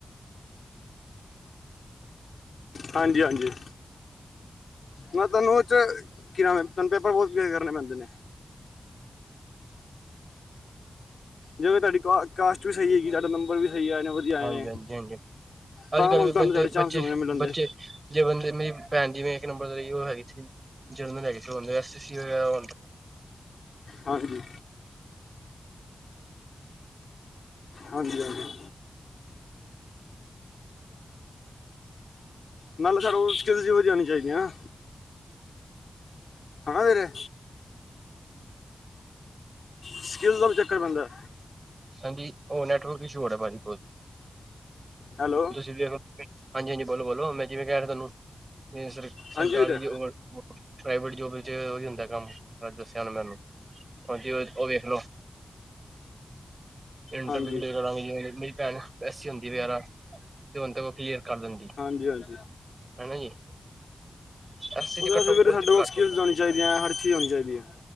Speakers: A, on the left; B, on the right.
A: ਹਾਂਜੀ ਹਾਂਜੀ, ਮੈਂ ਤੁਹਾਨੂੰ ਓਦੇ ਚ ਕਿ ਨਾਮ ਏ ਤੁਹਾਨੂੰ ਪੇਪਰ ਬਹੁਤ ਕਲੀਅਰ ਕਰਨੇ ਪੈਂਦੇ ਨੇ। ਜਿਵੇ ਤੁਹਾਡੀ ਕਾ ਕਾਸਟ ਵੀ ਸਹੀ ਹੈਗੀ, ਤੁਹਾਡਾ ਨੰਬਰ ਵੀ ਸਹੀ ਆਏ ਨੇ ਵਧੀਆ ਆਏ
B: ਹਾਂਜੀ
A: ਨੇ
B: ਹਾਂਜੀ ਹਾਂਜੀ,
A: ਤਾਂ
B: ਅੱਜ-ਕੱਲ੍ਹ
A: ਮਤਲਬ
B: ਵੀ
A: ਤੁਹਾਨੂੰ
B: ਬੰਦੇ
A: ਤੁਹਾਡੇ ਚਾਂਸ
B: ਬੱਚੇ
A: ਹੋਣੇ ਮਿਲਣ
B: ਬੱਚੇ
A: ਦੇ
B: ਜੇ ਬੰਦੇ ਮੇਰੀ ਭੈਣ ਜਿਵੇਂ ਇੱਕ ਨੰਬਰ ਤੇ ਰਈ ਕਿ ਔ ਹੈਗੀ ਸੀ ਜਰਨਲ ਹੈਗੀ ਸੀ ਓਨੇ ਐਸ ਸੀ ਐ <unintelligible>
A: ਹਾਂਜੀ। ਹਾਂਜੀ ਹਾਂਜੀ। ਨਾਲੇ ਫੇਰ ਔ ਸਕੀਲਸ ਵੀ ਈਹੋ ਜੀ ਆਣੀ ਚਾਹੀਦੀਆਂ। ਹਨਾ ਵੀਰੇ। ਸਕਿੱਲ ਦਾ ਵੀ ਚੱਕਰ ਪੈਂਦਾ
B: ਹਾਂਜੀ, ਔ ਨੈਟਵਰਕ ਇਸ਼ੂ ਹੋ ਰਿਐ ਭਾਜੀ ਕੋਲ
A: ਹੈਲੋ
B: ਤੁਸੀਂ ਵੀ <inaudible> ਹਾਂਜੀ ਹਾਂਜੀ, ਬੋਲੋ ਬੋਲੋ ਮੈਂ ਜਿਵੇ ਕਹਿ ਰਿਆ ਥੋਨੂੰ ਜੇ ਸਰ ਸਰਕਾਰੀ
A: ਹਾਂਜੀ ਵੀਰੇ
B: ਜੌਬ ਪ੍ਰਾਈਵੇਟ ਜੋਬ ਵਿਚ ਏਹੋ ਈ ਹੁੰਦਾ ਕੰਮ ਆ ਦੱਸਿਆ ਹੁਣ ਮੈ ਉਹਨੂੰ। ਹਾਂਜੀ, ਔਏ ਔ ਵੇਖਲੋ। ਇੰਟਰਵਿਊ
A: ਹਾਂਜੀ
B: ਵੀ ਲੇ ਰਹਾ ਵਈ ਏ ਮੇਰੀ ਭੈਣ ਐਸੀ ਹੁੰਦੀ ਏ ਵੇਐਰਾ ਤੇ ਹੁਣ ਤੇ ਔ ਕਲੀਅਰ ਕਰ ਦਿੰਦੀ
A: ਹਾਂਜੀ, ਹਾਂਜੀ।
B: ਹਨਾ ਜੀ ਐਸ ਸੀ ਚ
A: ਓਹਦੇ
B: ਕੱਟੋ
A: ਵਾਸਤੇ
B: ਬਹੁਤ
A: ਫਿਰ ਸਾਡੇ ਕੋਲ
B: ਘੱਟ
A: ਸਕਿੱਲਸ
B: ਹੁੰਦਾ
A: ਹੋਣੀ ਚਾਹੀਦੀਐ, ਹਰ ਚੀਜ਼ ਹੋਣੀ ਚਾਹੀਦੀ ਏ।